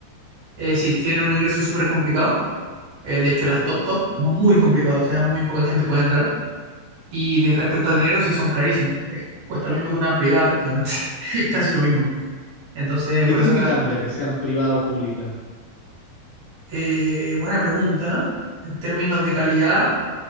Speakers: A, on the right; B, on the left.
A: Eh, sí, tienen un ingreso súper complicado. Eh, de hecho, las top top, muy complicado. O sea, muy poca gente puede entrar. Y de respecto a dinero, sí son carísimas. Eh, cuesta lo mismo que una privada prácticamente. <laughs> Casi lo mismo. Entonces,
B: ¿Y
A: por
B: entonces
A: eso que...
B: qué
A: nada.
B: cambia que sean privada o pública?
A: Eh, buena pregunta. En términos de calidad,